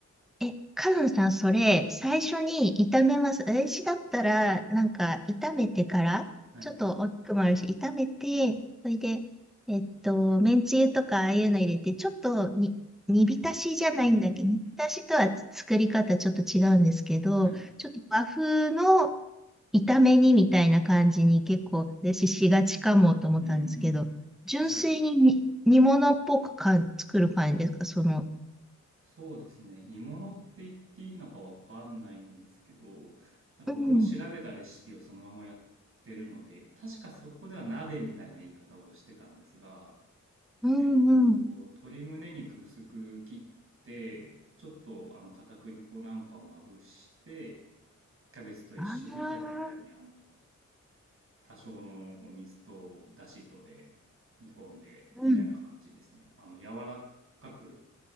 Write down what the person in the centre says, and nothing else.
え、カノンさん、それ、最初に炒めます。私だったら、なんか、炒めてから、
ちょっと大きくもあるし、炒めて、それで、えっと、めんつゆとか、ああいうの入れて、ちょっとに、煮浸しじゃないんだけど、
煮浸しとは作り方ちょっと違うんですけど、
ちょっと和風の炒め煮みたいな感じに結構、私しがちかもと思ったんですけど、
純粋に煮、
煮物っぽくかん作る感じですかその、
うん、
うん、
うん。
ああ、
うん、